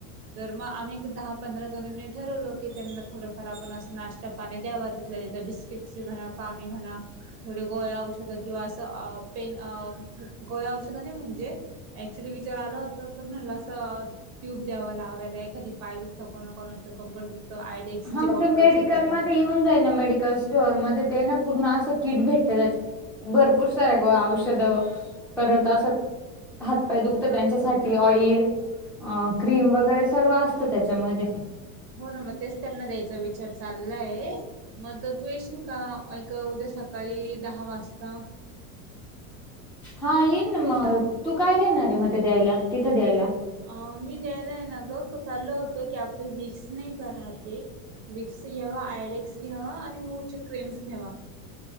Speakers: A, on the right (about 45°); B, in the centre.
A: तरर मग आम्ही दहा पंधरा जणांनी ठरवलो की त्यांना थोडंफार आपण असं नाश्ता पाणी द्यावत तिथल्या तिथं बिस्किटस म्हणा पाणी म्हणा थोडे गोळ औषधं किंवा असं पेन अ गोळ औषधं नाही म्हणजे ऍक्च्युली विचार आला होता पण म्हणलं अस ट्यूब द्यावा लावायला एखादी पाय दुखतं कोणा कोणाच कंबर दुखतं आयडेक्सचे
B: हा मग
A: बॉटल
B: ते मेडिकलमध्येध्ये
A: छोटे छोटे
B: येऊन जाईल मेडिकल स्टोअरमध्येध्ये ते ना पूर्ण असं किट भेटत त्याच भरपूर सारे ग औषध करत असं हातपाय
A: हम्म
B: दुखत त्यांच्यासाठी ऑइल अ क्रीम वगैरे सर्व असतं त्याच्यामध्ये
A: हो ना मग तेच त्यांना द्यायचा विचार चाललाय मग तू येशील का एक उद्या सकाळी दहा वाजता
B: हा येईल ना मग
A: इथे आपण
B: तू काय घेणारे म ते द्यायला तिथं द्यायला
A: अ मी द्यायलाय ना ग चाललं होतं की आपले विक्स नाही कहते विक्स घ्यावा आयडेक्स घ्यावा आणि मूवचे क्रेम्स घ्यावा